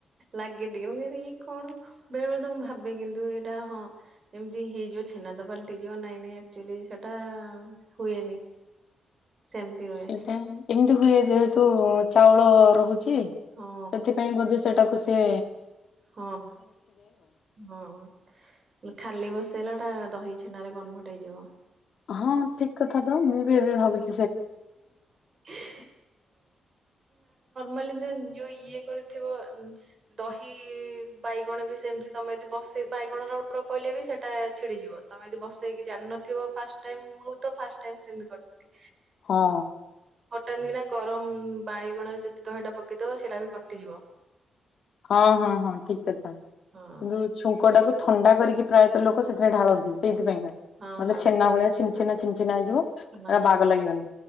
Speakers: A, on the right; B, on the left.
A: ଲାଗେ ଟିକେ, ମୁଁ ଇ କଣ ବେଳେ ବେଳେ ତ ମୁଁ ଭାବେ କିନ୍ତୁ ଏଇଟା ହଁ ଏମିତି ହେଇଯିବ ଛେନା ତ ପାଲଟି ଯିବ ନାଇଁ ନାଇଁ ଆକଚୁଆଲି ସେଟା ହୁଏ ସେମିତି ରୁହେ।
B: ସେଇଟା ଏମିତି ହୁଏ ଯେହେତୁ ଚାଉଳ ରହୁଚି ସେଥିପାଇଁ
A: ହଁ
B: ବୋଧେ ସେଟାକୁ ସେ
A: ହଁ ହଁ ଖାଲି ବସେ ଟା ଦହି ଛେନାରେରେ କନଭଟ ହେଇଯିବ।
B: ହଁ ଠିକ କଥା ତ ମୁଁ ବି ଏବେ ଭାବୁଚି।
A: ହଁ <unintelligible> ମା ଯୋଉ ଇଏ କରିିବ ଦହି ବାଇଗଣ ବି ସେମିତି ତମେ ଯ ବ ବାଇଗଣ ରଡ ପହିଲଲେ ବି ସେଟା ଛିଡିଯିବ, ତମେ ଯଦି ବସେଇକି ଜାଣିନଥିବ ଫାଷ୍ଟ ଟାଇମ ମୁଁ ବି ତ ଫାଷ୍ଟ ସେ <unintelligible> କରି
B: ହଁ।
A: ହଟାନ୍ତି କିନା ଗରମ ବାଇଗଣରେ ଯଦି ଦହିଟା ପକେଇଦବା ସେଇଟା ବି କଟିଯିବ।
B: ହଁ ହଁ ହଁ ଠିକ କଥା,
A: ହଁ।
B: କିନ୍ତୁ ଛୁଙ୍କ ଟାକୁ ଥଣ ତା କରିକି ପ୍ରାୟତଃ ଲୋକ ସେଥିରେ ଢାଳନ୍ତି ସେଇଥିପକାେଲେ
A: ହଁ ହଁ
B: ଛେନା ଭଳିଆ ଛେନା। ଚିହ୍ନା ହେଇଯିବ
A: ହଁ
B: ବାଗ ଲାଗିବନି,